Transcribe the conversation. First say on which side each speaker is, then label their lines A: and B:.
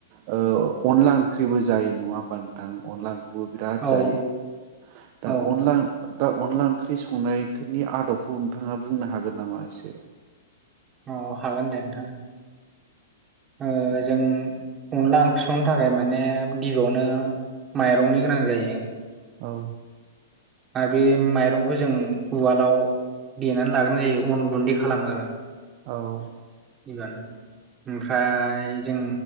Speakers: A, on the right; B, on the right.
A: अनला ओंख्रिबो जायो नङा होमबा नोंथां अनला खौबो बिराद
B: औ
A: जायो दा
B: औ
A: अनला दा अनला ओंख्रि संनायफोरनि आदबखौ नोंथाङा बुंनो हागोन नामा एसे?
B: औ हागोन दे नोंथां ओ जों अनला ओंख्रि संनो थाखाय माने गिबियावनो माइरंनि गोनां जायो।
A: औ
B: आर बे माइरंखौ जों उवालाव देनानै लाग्रोनाय जायो अन गुन्दै खालामो आरो।
A: औ
B: एबानो ओमफ्राय जों